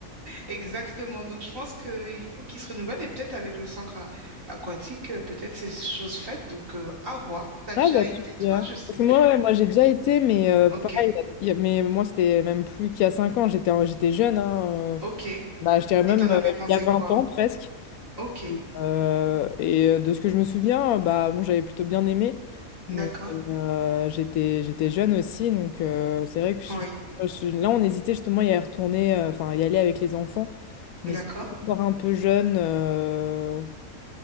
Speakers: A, on the right; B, on the left.
A: exactement donc je pense qu'il faut qu'il se renouvelle et peut-être avec le centre a- aquatique euh, peut-être c'est chose faite donc euh, à voir t'as
B: Ah
A: déjà
B: bah
A: été
B: tu me
A: toi
B: diras.
A: je sais
B: Parce
A: plus
B: que moi, ouais, moi j'ai déjà été, mais euh,
A: ok
B: pareil, il y a- mais moi c'était même plus qu'il y a 5 ans, j'étais en- j'étais jeune, hein, euh,
A: ok et
B: bah, je dirais même
A: t'en
B: euh,
A: avais pensé
B: il y a 20
A: quoi
B: ans presque.
A: ok
B: Euh, et euh, de ce que je me souviens, bah, bon, j'avais plutôt bien aimé, mais
A: d'accord
B: euh, j'étais, j'étais jeune aussi, donc euh, c'est vrai que je suis-
A: oui
B: je suis- là, on hésitait justement à y retourner, euh, enfin, à y aller avec les enfants, mais
A: d'accord
B: ils sont encore un peu jeunes. euh,